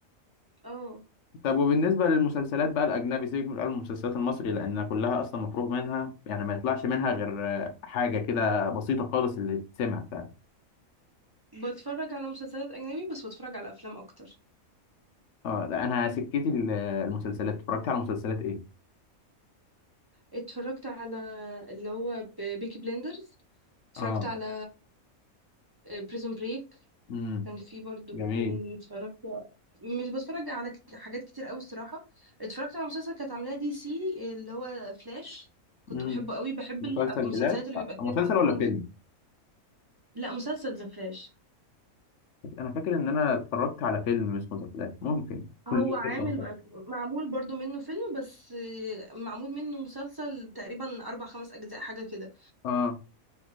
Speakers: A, on the right; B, on the left.
A: اه
B: طب وبالنسبة للمسلسلات بقى الأجنبي سيبك من المسلسلات المصري لأنها كلها أصلا مفروغ منها يعني ما يطلعش منها غير آه، حاجة كده بسيطة خالص اللي تسمع فعلا
A: بتفرج على مسلسلات أجنبي بس بتفرج على أفلام أكتر
B: اه لا، أنا سكتي ال- المسلسلات اتفرجت على مسلسلات إيه؟
A: اتفرجت على اللي هو ب- بيكي بليندرز اتفرجت
B: اه
A: على بريزون بريك
B: امم
A: كان في برضو
B: جميل
A: ايه تاني اتفرجت مش بتفرج على كت- حاجات كتير قوي الصراحة اتفرجت على مسلسل كانت عاملاه دي سي اللي هو فلاش كنت
B: امم
A: بحبه قوي بحب
B: مسلسل
A: المسلسلات
B: فلاش
A: اللي
B: أه،
A: بيبقى فيها
B: مسلسل
A: فايت
B: ولا
A: ساينس
B: فيلم
A: لا مسلسل ذا فلاش
B: انا فاكر ان انا اتفرجت على فيلم اسمه ذا فلاش ممكن
A: هو
B: كنت
A: عامل
B: فيلم أصلاً.
A: معمول برضو منه فيلم بس معمول منه مسلسل تقريبا اربع خمس اجزاء حاجة كده
B: اه